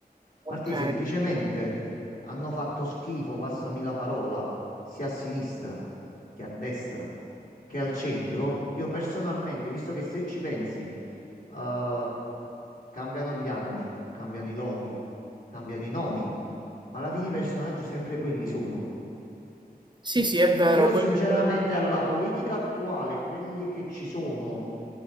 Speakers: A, on the right (about 30°); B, on the left (about 60°).
A: Ok.
B: Martì, semplicemente hanno fatto schifo, passami la parola, sia a sinistra che a destra che al centro. Io personalmente, visto che se ci pensi, eh, cambiano gli anni, cambiano i loghi, cambiano i nomi, ma alla fine i personaggi sempre quelli sono.
A: Sì, sì, è
B: Quindi
A: vero,
B: io
A: quello...
B: sinceramente alla politica attuale, quelli che ci sono,